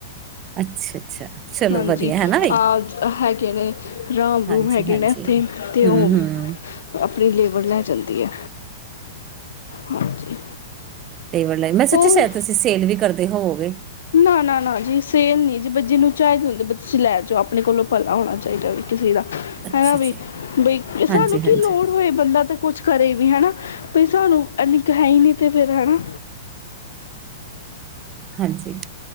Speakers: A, on the right; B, on the left.
A: ਅੱਛਾ-ਅੱਛਾ ਚਲੋ
B: ਹਾਂਜੀ।
A: ਵਧੀਆ ਹਨਾ ਬਈ
B: ਆ ਹੈਗੇ ਨੇ ਰਾਮ
A: ਹਾਂਜੀ-ਹਾਂਜੀ
B: ਰੂਮ ਹੈਗੇ ਨੇ ਇੱਥੇ,
A: ਹੂੰ-ਹੂੰ,
B: ਤੇ ਉਹ ਆਪਣੀ ਲੇਬਰ ਲੈ ਜਾਂਦੀ ਆ। ਹਾਂਜੀ।
A: ਲੇਵਰ ਲੈ ਜਾ। ਮੈਂ ਸੋਚਿਆ
B: ਹੋਰ
A: ਸੈ਼‌ਦ ਤੁਸੀਂ ਸੇਲ ਵੀ ਕਰ ਦੇ ਹੋਓਗੇ।
B: ਨਾ ਨਾ ਨਾ ਜੀ, ਸੇਲ ਨੀ ਜੀ ਬ ਜੀਨੂੰ ਚਾਹੀਦੇ ਹੁੰਦੇ ਬ ਤੁਸੀਂ ਲੈ ਜੋ। ਆਪਣੇ ਕੋਲੋਂ ਭਲਾ ਹੋਣਾ ਚਾਹੀਦਾ ਵੀ। ਕਿਸੇ ਦਾ,
A: ਅੱਛਾ
B: ਹਨਾ
A: ਜੀ
B: ਵੀ। ਬਈ,
A: ਹਾਂਜੀ-ਹਾਂਜੀ,
B: ਸਾਨੂੰ ਕੀ ਲੋੜ
A: ਹਾਂਜੀ
B: ਹੋਏ ਬੰਦਾ ਤਾਂ ਕੁਛ ਕਰੇ ਵੀ ਹਨਾ। ਬੀ ਸਾਨੂੰ ਏਨੀ ਕ ਹੈ ਈ ਨੀ ਤੇ ਫਿਰ ਹਨਾ।
A: ਹਾਂਜੀ।